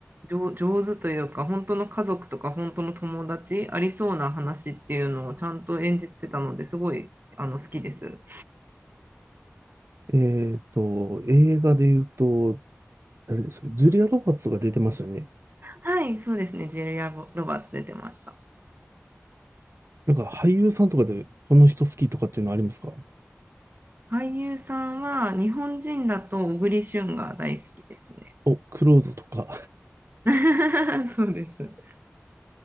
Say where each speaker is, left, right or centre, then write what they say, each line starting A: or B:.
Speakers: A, on the right (about 45°); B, on the right (about 70°).
A: 上、上手というか、本当の家族とか本当の友達、ありそうな話っていうのをちゃんと演じてたのですごいあの好きです。
B: えっと、映画で言うと、誰ですか、ジュリア・ロバーツが出てましたよね。
A: はい、そうですね。ジェリア・ロバーツ出てました。
B: なんか俳優さんとかでこの人好きとかっていうのありますか
A: 俳優さんは日本人だと小栗旬が大好きですね。
B: お、クローズとか。
A: <laughs> そうです。